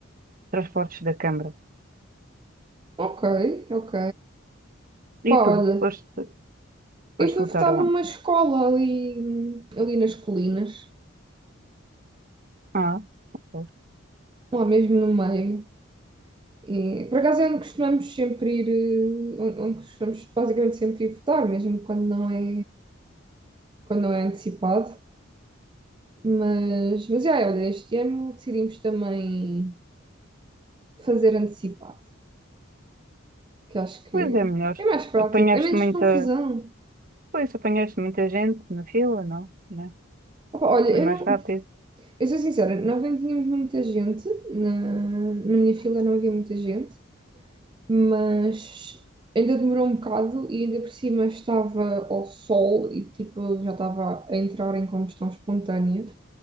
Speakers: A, on the right; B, on the right.
A: transportes da Câmara.
B: Ok, ok. Pá,
A: E tu?
B: olha,
A: Foste, foste
B: eu fui
A: votar
B: votar
A: aonde?
B: numa escola ali, hum, ali nas colinas,
A: Ah, pois
B: lá mesmo no meio. E, por acaso é onde costumamos sempre ir, eh, onde, onde costumamos basicamente sempre ir votar, mesmo quando não é, quando não é antecipado. Mas, mas yeah, olha, este ano decidimos também fazer antecipado, que acho que
A: Pois é melhor.
B: é mais prático,
A: Apanhaste
B: é menos
A: muita.
B: confusão.
A: Pois, apanhaste muita gente na fila, não? Né?
B: Opa, olha,
A: Foi
B: eu
A: mais
B: não,
A: rápido.
B: eu sou sincera, nós nem tínhamos muita gente, na, na minha fila não havia muita gente, mas ainda demorou um bocado e ainda por cima estava ao sol e tipo já estava a entrar em combustão espontânea.